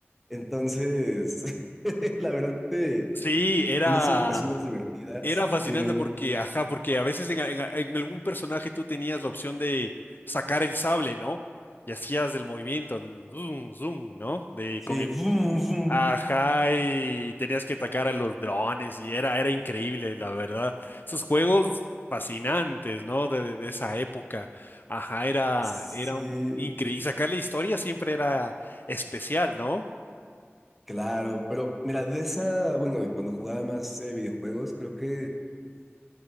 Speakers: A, in the centre; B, on the left (about 45°).
A: Entonces, <laughs> la verdad, te,
B: Sí, era,
A: pones siempre unas divertidas.
B: era fascinante
A: Dime, dime.
B: porque, ajá, porque a veces en, en- en algún personaje tú tenías la opción de sacar el sable, ¿no? Y hacías el movimiento, el zoom, zoom, ¿no? De
A: Sí,
B: con el,
A: boom, boom.
B: ajá, y tenías que atacar a los drones y era, era increíble, la verdad. Esos juegos fascinantes, ¿no? De, de- de esa época, ajá, era,
A: Sí.
B: era increíble. Y sacar la historia siempre era especial, ¿no?
A: Claro, pero mira, de esa, bueno, de cuando jugaba más eh, videojuegos, creo que